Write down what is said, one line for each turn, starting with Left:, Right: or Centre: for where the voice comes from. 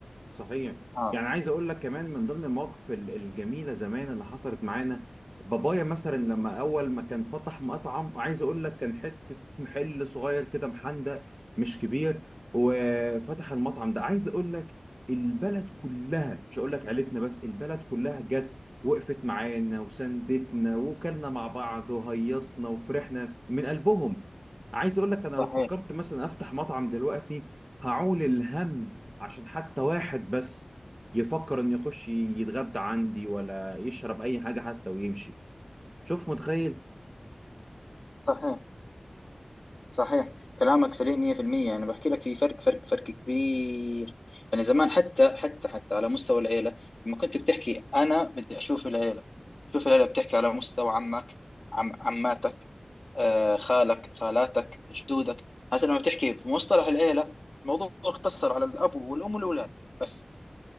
Right: صحيح
Left: اه
Right: يعني عايز اقول لك كمان من ضمن المواقف ال- الجميله زمان اللي حصلت معانا بابايا مثلا لما اول ما كان فتح مطعم عايز اقول لك كان حته محل صغير كده محندق مش كبير وفتح المطعم ده عايز اقول لك البلد كلها مش هقول لك عيلتنا بس البلد كلها جت وقفت معانا وساندتنا وكلنا مع بعض وهيصنا وفرحنا من قلبهم عايز اقول لك انا لو
Left: صحيح
Right: فكرت مثلا افتح مطعم دلوقتي هعول الهم عشان حتى واحد بس يفكر انه يخش يتغدى عندي ولا يشرب اي حاجه حتى ويمشي شوف متخيل
Left: صحيح صحيح كلامك سليم 100% يعني بحكي لك في فرق فرق فرق كبير يعني زمان حتى حتى حتى على مستوى العيله لما كنت بتحكي انا بدي اشوف العيله شوف العيله بتحكي على مستوى عمك عم عماتك آه، خالك خالاتك جدودك هسه لما بتحكي بمصطلح العيلة الموضوع اقتصر على الأب والأم والأولاد بس